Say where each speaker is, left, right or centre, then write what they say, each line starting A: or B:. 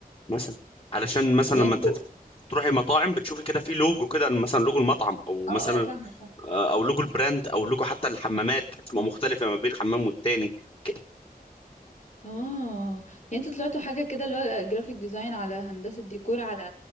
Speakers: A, on the left (about 35°); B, on the left (about 50°).
A: مثلا علشان مثلا
B: يعني
A: لما
B: انتوا
A: تت- تروحي مطاعم بتشوفي كده في لوجو كده مثلا لوجو المطعم او
B: اه
A: مثلا
B: اه فاهمة فاهمة
A: آه، او لوجو البراند او لوجو حتى الحمامات بتبقى مختلفه ما بين حمام والتاني كده
B: اه يعني انتوا طلعتوا حاجة كده اللي هو جرافيك ديزاين على هندسة ديكور على